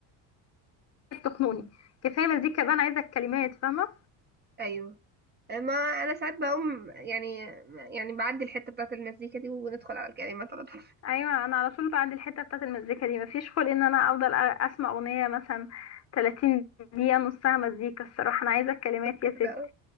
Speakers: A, on the left; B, on the right.
A: بتخنقني كفايه مزيكا بقى انا عايزه الكلمات فاهمه
B: ايوه ما انا ساعات بقوم يعني يعني بعدي الحته بتاعت المزيكا دي وندخل على الكلمات على طول
A: ايوه انا على طول بعد الحته بتاعت المزيكا دي مفيش خلق ان انا افضل أ- اسمع اغنيه مثلا 30 دقيقه نصها مزيكا الصراحه انا عايزه الكلمات
B: <laughs>
A: يا ستي
B: كده